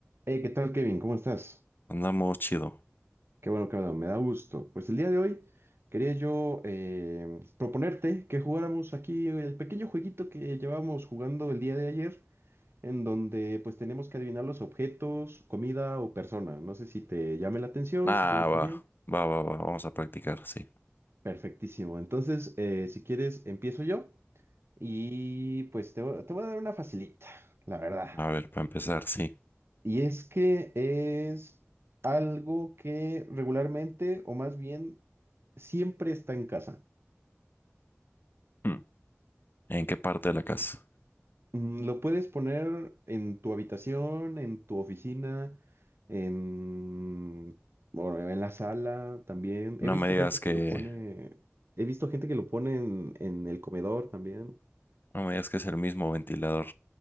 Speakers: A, on the right; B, on the left.
A: Eh, ¿qué tal, Kevin? ¿Cómo estás?
B: Andamos chido.
A: Qué bueno que me da gusto. Pues el día de hoy quería yo eh, proponerte que jugáramos aquí el pequeño jueguito que llevábamos jugando el día de ayer, en donde pues tenemos que adivinar los objetos, comida o persona. No sé si te llame la atención,
B: Ah,
A: si te gustaría.
B: va, va, va, va. Vamos a practicar, sí.
A: Perfectísimo. Entonces, eh, si quieres, empiezo yo y pues te, voy te voy a dar una facilita, la verdad.
B: A ver, para empezar, sí.
A: Y es que es algo que regularmente, o más bien, siempre está en casa.
B: Hmm. ¿En qué parte de la casa?
A: Mm, Lo puedes poner en tu habitación, en tu oficina, en, bueno, en la sala también.
B: No
A: He visto
B: me digas
A: gente
B: que,
A: que lo Sí. pone, he visto gente que lo pone en, en el comedor también.
B: no me digas que es el mismo ventilador.